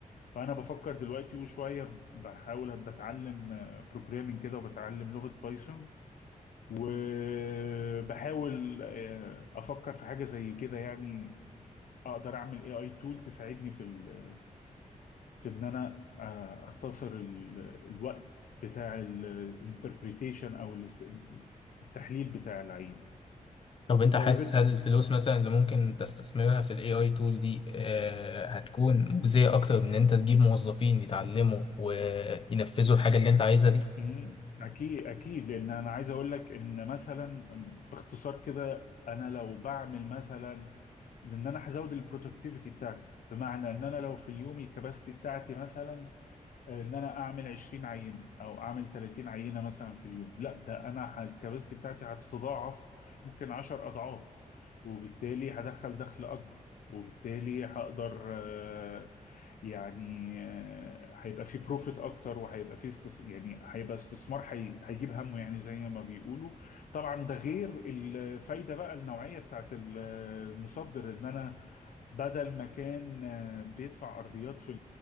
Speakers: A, on the left; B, on the left.
A: فأنا بفكر دلوقتي وشوية بحاول بتعلم بروجرامينج كده وبتعلم لغة بايثون وبحاول آه، أفكر في حاجة زي كده يعني أقدر أعمل اي اي تول تساعدني في ال- في إن أنا آه، أختصر ال- الوقت بتاع الانتربريتيشن أو الاست- التحليل بتاع العين
B: طب انت
A: طيب
B: حاسس هل الفلوس مثلا اللي ممكن تستثمرها في الاي اي تول دي آه، هتكون مجزية اكتر من ان انت تجيب موظفين يتعلموا وينفذوا الحاجة اللي انت عايزها دي
A: مم، اكيد اكيد لان انا عايز اقول لك ان مثلا باختصار كده انا لو بعمل مثلا لان انا هزود البرودكتيفيتي بتاعتي بمعنى ان انا لو في اليوم الكباستي بتاعتي مثلا آه، ان انا اعمل 20 عينه او اعمل 30 عينه مثلا في اليوم لا ده انا ه- الكباستي بتاعتي هتتضاعف ممكن 10 اضعاف وبالتالي هدخل دخل اكبر وبالتالي هقدر آه، يعني آه، هيبقى في بروفيت اكتر وهيبقى في استس... يعني هيبقى استثمار هي... هيجيب همه يعني زي ما بيقولوا طبعا ده غير الفايده بقى النوعيه بتاعت المصدر ان انا بدل ما كان آه، بيدفع ارضيات في